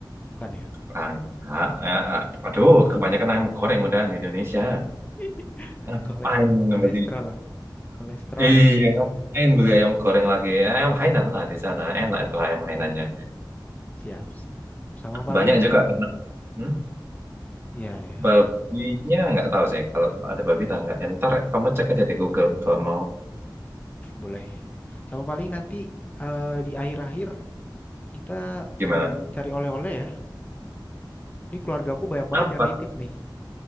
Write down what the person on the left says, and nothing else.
Bukan ya?
<laughs>
Kole- Kolesterol.
Kolesterol.
Siap, siap. Sama paling
ya ya,
boleh. Sama paling nanti eh, di akhir-akhir kita
eh, cari oleh-oleh ya. Ini keluargaku banyak banget
yang nitip nih.